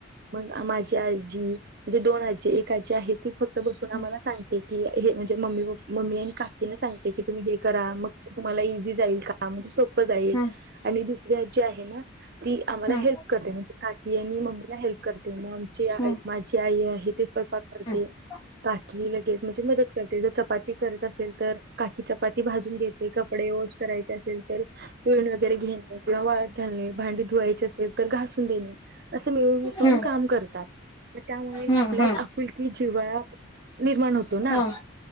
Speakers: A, on the right; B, on the left.
A: मग माझी आजी म्हणजे दोन आजी एक आजी आहे ती फक्त बसून आम्हाला
B: हम्म
A: सांगते की हे म्हणजे मम्मी मम्मी आणि काकीनें सांगते की तुम्ही हे करा मग तुमला इझी जाईल का म्हणे जाईल
B: हम्म
A: आणि दुसऱ्या जी आहे ना ती आम्हाला
B: हम्म
A: हेल्प करते म्हणजे काकी आणि मम्मीला हेल्प करते ग आमची
B: हम्म
A: माझी आई आहे ते स्वयंपाक करते
B: हम्म
A: काकी लगेच म्हणजे मदत करते जर चपाती करत असेल तर काकी चपाती भाजून घेत कपडे करायचे असेल तर तुरण वगैरे घेणे किंवा वाळत घालणे भांडी धुवायची असेल तर घासून देणे असं मिळून मिसळून
B: हम्म
A: काम करतात त्यामुळे
B: हम्म
A: आपल्यात आपुलकी जिवळा निर्माण होतो ना
B: हम्म